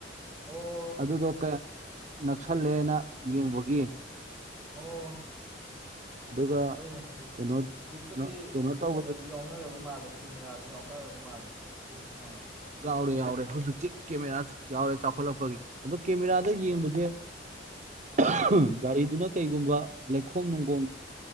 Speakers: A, in the centre; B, on the right (about 40°).
A: ꯑꯣ
B: ꯑꯗꯨꯗꯣ ꯀꯌꯥꯝ ꯅꯛꯁꯜꯂꯦꯅ ꯌꯦꯡꯕꯒꯤ
A: ꯑꯣ
B: ꯑꯗꯨꯒ
A: ꯍꯣꯏꯅꯦ ꯍꯨꯖꯤꯛ
B: ꯀꯩꯅꯣ
A: ꯍꯨꯖꯤꯛꯄꯨꯗꯤ
B: ꯀꯩꯅꯣ ꯀꯩꯅꯣ ꯇꯧꯕꯗ
A: ꯀꯩꯅꯣꯖꯨ ꯌꯥꯎꯅꯔꯕ ꯃꯥꯜꯂꯦ ꯀꯦꯃꯦꯔꯥꯖꯨ ꯌꯥꯎꯅꯔꯕ ꯃꯥꯜꯂꯦ ꯑꯗꯨ ꯑ
B: ꯌꯥꯎꯔꯦ ꯌꯥꯎꯔꯦ ꯍꯧꯖꯤꯛꯇꯤ ꯀꯦꯃꯦꯔꯥ ꯌꯥꯎꯔꯦ ꯆꯥꯎꯈꯠꯂꯛꯄꯒꯤ ꯑꯗꯣ ꯀꯦꯃꯦꯔꯥꯗ
A: ꯑꯣ
B: ꯌꯦꯡꯕꯖꯦ
A: ꯑꯥ
B: <unintelligible> ꯒꯥꯔꯤꯗꯨꯅ ꯀꯩꯒꯨꯝꯕ ꯂꯩꯈꯣꯝ ꯅꯨꯡꯒꯣꯝ